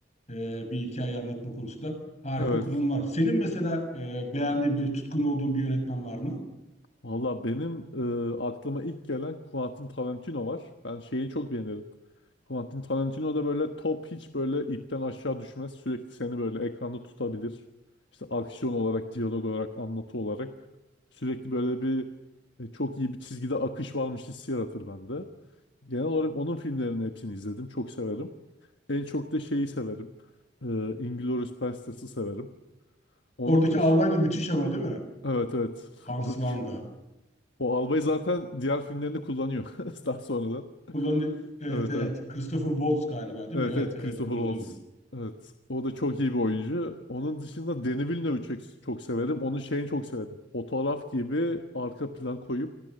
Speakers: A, on the left; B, on the left.
A: e, bir hikaye anlatma konusunda harika
B: Evet.
A: kullanım var. Senin mesela e, beğendiğin böyle tutkun olduğun bir yönetmen var mı?
B: Valla benim e, aklıma ilk gelen Quentin Tarantino var. Ben şeyi çok beğenirim. Quentin Tarantino da böyle top hiç böyle ipten aşağı düşmez. Sürekli seni böyle ekranda tutabilir. İşte aksiyon olarak, diyalog olarak, anlatı olarak. Sürekli böyle bir e, çok iyi bir çizgide akış varmış hissi yaratır bende. Genel olarak onun filmlerinin hepsini izledim. Çok severim. En çok da şeyi severim. E, Inglourious Basterds'ı severim. Onun
A: Oradaki
B: dış...
A: albay da müthiş ama değil mi?
B: Evet evet.
A: Hans
B: <laughs> Orada
A: Landa.
B: O albayı zaten diğer filmlerinde kullanıyor. <laughs> Daha sonradan.
A: Kullanıyor. Evet
B: Evet
A: evet.
B: evet.
A: Christopher Waltz galiba değil
B: Evet
A: mi? Evet
B: evet
A: evet
B: Christopher
A: kullanıyordu.
B: Waltz. Evet. O da çok iyi bir oyuncu. Onun dışında Denis Villeneuve'ü çok, çok severim. Onun şeyini çok severim. Fotoğraf gibi arka plan koyup